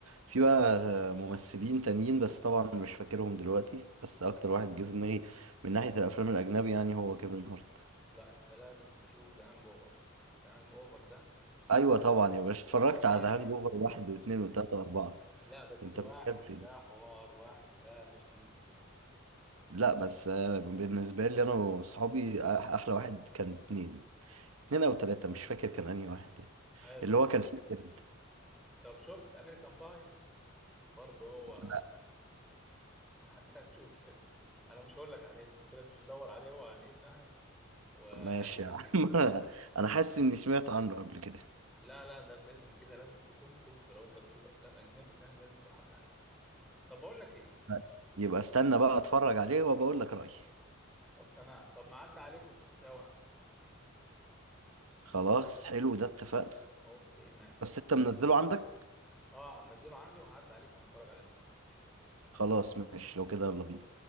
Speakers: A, on the right (about 90°); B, in the centre.
A: في بقى ممثلين تانيين بس طبعا مش فاكرهم دلوقتي بس اكتر واحد جه في دماغي من ناحيه الافلام الاجنبي يعني هو كيفن هارت
B: لا انت لازم تشوف ذا هانج اوفر ذا هانج اوفر ده
A: ايوه طبعا يا باشا اتفرجت
B: <laughs>
A: على
B: عارف
A: ذا هانج اوفر واحد واثنين وثلاثه واربعه
B: لا بس
A: انت
B: واحد
A: بتتكلم في دي
B: ده حوار واحد ده مش ممكن
A: لا بس أنا بالنسبه لي انا واصحابي أح- احلى واحد كان اثنين اثنين او ثلاثه مش فاكر كان انهي واحد يعني.
B: حلو
A: اللي هو كان فيه قرد
B: طب شفت امريكان باي برضه هو
A: لا
B: <laughs> هنشوف الفيلم انا مش هقول لك عن ايه بس انت لازم تدور عليه هو عن ايه فاهم وهيعجبك
A: ماشي يا عم
B: جدا
A: <laughs> انا حاسس اني سمعت عنه قبل كده
B: لا لا ده فيلم كده لازم تكون <laughs> شفته لو انت بتشوف افلام اجنبي فاهم لازم يكون عدى عليك طب بقول لك ايه
A: لا، يبقى استنى بقى اتفرج عليه وبقول لك رايي
B: طب تمام طب ما عدى عليك ونشوفه سوا
A: خلاص حلو ده اتفقنا
B: اوكي ماشي
A: بس انت منزله عندك
B: اه منزله عندي وهعدي عليك ونتفرج عليه النهارده
A: خلاص ماشي لو كده يلا بينا